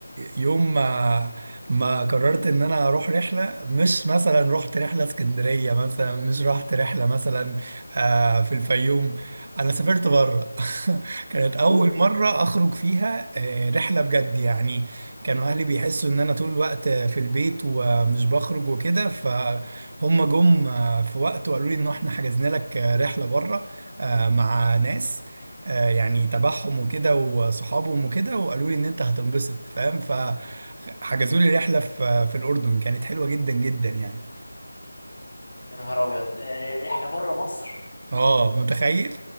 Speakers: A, on the right; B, on the left.
A: يوم ما ما قررت ان انا اروح رحله مش مثلا رحت رحله اسكندريه مثلا مش رحت رحله مثلا آه في الفيوم انا سافرت بره <laughs> كانت اول
B: ليه
A: مره اخرج فيها آه رحله بجد يعني كانوا اهلي بيحسوا ان انا طول الوقت في البيت ومش بخرج وكده فهم جم آه، في وقت وقالوا لي ان احنا حجزنا لك آه، رحله بره آه مع ناس آه، يعني تبعهم وكده وصحابهم وكده وقالوا لي ان انت هتنبسط فاهم فحجزوا لي رحله في في الاردن كانت حلوه جدا جدا يعني
B: يا نهار ابيض ر- رحله بره مصر
A: اه متخيل